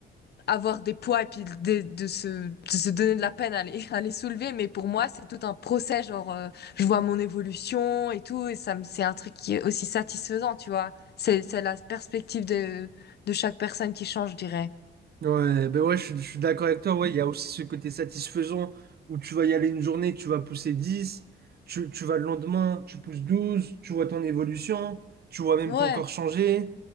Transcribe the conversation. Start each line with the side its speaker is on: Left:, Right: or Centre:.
Left: avoir des poids et puis de, de se, de se donner de la peine à les, <laughs> à les soulever. Mais pour moi, c'est tout un procès, genre, euh, je vois mon évolution et tout, et ça, me- c'est un truc qui est aussi satisfaisant, tu vois. C'est, c'est la perspective de, de chaque personne qui change, je dirais.
Right: Ouais, ben ouais, je, suis je suis d'accord avec toi. Ouais, il y a aussi ce côté satisfaisant où tu vas y aller une journée, tu vas pousser 10 tu, tu vas le lendemain, tu pousses 12 tu vois ton évolution, tu vois même
Left: Ouais.
Right: ton corps changer.